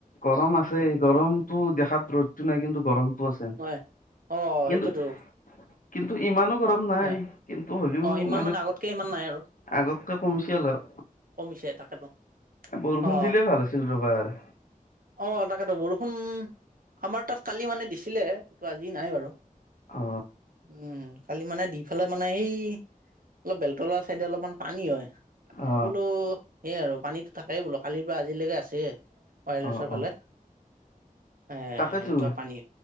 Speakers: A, on the left; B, on the right.
A: গৰম আছে। গৰমটো দেখাত ৰ'দটো নাই কিন্তু গৰমটো আছে।
B: হয় অ
A: কিন্তু
B: সেইটোতো
A: কিন্তু ইমানো গৰম নাই
B: হয়
A: কিন্তু হ'লেও
B: অ ইমান মানে আগতকে ইমান নাই আৰু।
A: আগতকে কমিছি অলপ।
B: কমিছে তাকেতো
A: বৰষুণ
B: অ
A: দিলেই ভাল আছিল ৰ'বা আৰ।
B: অ তাকেতো বৰষুণ ষুণ আমাৰ তাত কালি মানে দিছিলে ত আজি নাই বাৰু।
A: অ।
B: উম খালি মানে দি ফালে মানে সেই, অলপ বেলতলা চাইডে অলপমান পানী হয়। তাকে
A: অ
B: বোলো, সেয়া আৰু পানীতো থাকেই বোলো কালিৰ পৰা আজিলৈকে আছে। <unintelligible> ফালে
A: অ অ
B: এ
A: তাকেতো
B: সেনেকুৱা পানী